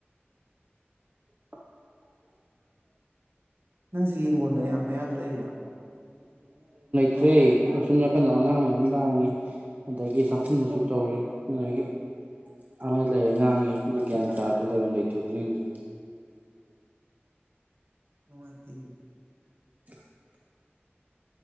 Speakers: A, on the right; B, on the right.
A: ꯑꯥ
B: ꯅꯪꯁꯨ ꯌꯦꯡꯒꯣꯗ ꯌꯥꯝ ꯃꯌꯥꯗ ꯂꯩꯔꯤꯗꯣ
A: ꯐꯔꯦ ꯑꯁꯨꯝ ꯅꯥꯀꯟꯗ ꯑꯉꯥꯡ ꯃꯌꯥꯝ ꯂꯥꯡꯉꯤ ꯑꯗꯒꯤ ꯆꯥꯛꯈꯨꯝꯗꯨꯁꯨ ꯇꯧꯔꯤ ꯑꯗꯒꯤ ꯑꯃꯗ ꯂꯩꯔꯦ ꯉꯥꯡꯉꯤ ꯑꯗꯨ ꯒ꯭ꯌꯥꯟ ꯇꯥꯔꯗꯔꯦ ꯂꯩꯐꯝ ꯂꯩꯇ꯭ꯔꯦ ꯑꯗꯨꯒꯤꯅꯦ
B: ꯅꯨꯉꯥꯏꯇꯤꯌꯦ
A: <inaudible>